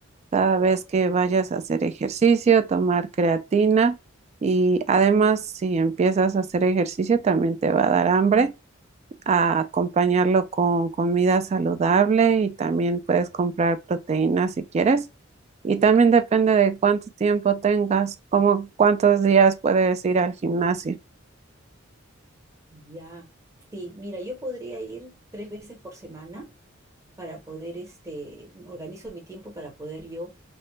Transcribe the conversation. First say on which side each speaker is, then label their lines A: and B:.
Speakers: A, on the right; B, on the right.
A: cada vez que vayas a hacer ejercicio, tomar creatina y además si empiezas a hacer ejercicio también te va a dar hambre, a acompañarlo con comida saludable y también puedes comprar proteínas si quieres. Y también depende de cuánto tiempo tengas, como cuántos días puedes ir al gimnasio.
B: Ya. Sí, mira, yo podría ir tres veces por semana para poder este organizo mi tiempo para poder yo